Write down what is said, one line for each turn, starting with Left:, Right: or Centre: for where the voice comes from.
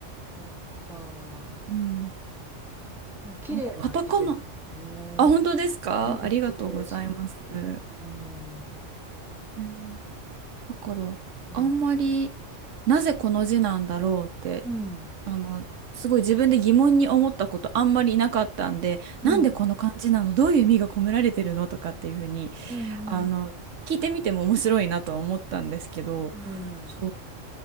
Centre: そっか。
Right: うん。
Centre: うん綺麗な字ですね。
Right: なんかカタカナ。あ、本当ですかありがとうございます。
Centre: うん綺麗すごいうん、
Right: うんだから、
Centre: うん、
Right: あんまり、なぜこの字なんだろうって、
Centre: うん
Right: あの、すごい自分で疑問に思ったことあんまりいなかったんで、
Centre: うん
Right: なんでこの漢字なのどういう意味が込められてるのとかっていうふうに、
Centre: うんうん
Right: あの、聞いてみても面白いなとは思ったんですけど、
Centre: うんうん
Right: そう、